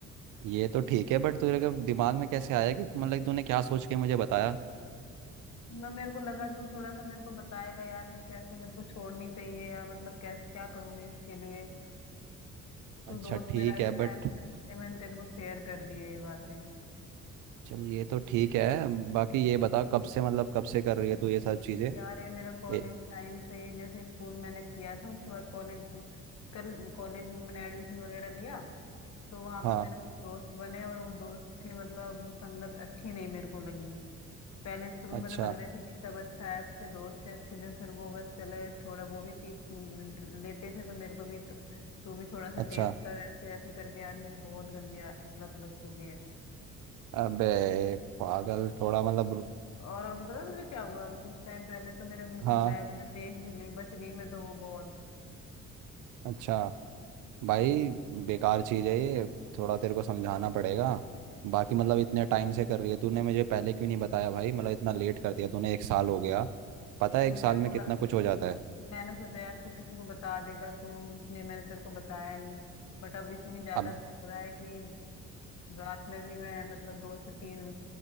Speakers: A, on the right; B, on the left.
A: ये तो ठीक है बट तेरे के दिमाग में कैसे आया कि मतलब तूने क्या सोच के मुझे बताया
B: मैं मेरे को लगा तू थोड़ा सा मेरे को बताएगा यार मैं कैसे मेरे को छोड़नी चाहिए या मतलब कैसे क्या करूं मैं इसके लिए तू
A: अच्छा
B: दोस्त
A: ठीक
B: मेरा अच्छा
A: है बट
B: है ना तो इसलिए मैंने तेरे को शेयर कर दी है ये बातें
A: चल ये तो ठीक है बाकी ये बता कब से मतलब कब से कर रही है तू ये सब चीज़ें
B: यार ये मेरा कॉलेज
A: ए
B: टाइम से ही जैसे स्कूल मैंने किया था उसके बाद कॉलेज कल कॉलेज में मैंने एडमिशन वगैरह लिया तो वहां पर
A: हाँ
B: मेरे कुछ दोस्त बने और वो दोस्त की मतलब संगत अच्छी नहीं मेरे को लगी पहले शुरू
A: अच्छा
B: में तो लग रहे थे कि सब अच्छा है अच्छे दोस्त हैं अच्छे दिन फिर वो बस चले थोड़ा वो भी पी लेते थे तो मेरे को भी तो, तू भी थोड़ा सा
A: अच्छा
B: टेस्ट कर ऐसे ऐसे करके यार मेरी बहुत गंदी आ- लत लग चुकी है
A: अबे पागल थोड़ा मतलब रू-
B: और अब पता है तुझे क्या हुआ अभी कुछ टाइम पहले तो मेरे मतलब
A: हाँ
B: बैग में देख भी ली बच गई मैं तो वो बहुत
A: अच्छा भाई बेकार चीज़ है ये थोड़ा तेरे को समझाना पड़ेगा बाकी मतलब इतने टाइम से कर रही है तूने मुझे पहले क्यों नहीं बताया भाई मतलब इतना लेट कर दिया तूने एक साल हो गया पता है
B: मेरे
A: एक साल में
B: को
A: कितना
B: लग,
A: कुछ हो जाता है
B: मैंने सोचा यार तू किसी को बता देगा तू इसलिए मैंने तेरे को बताया नहीं बट अब इतनी ज्यादा
A: अब
B: हो रहा है कि रात में भी मैं मतलब दो से तीन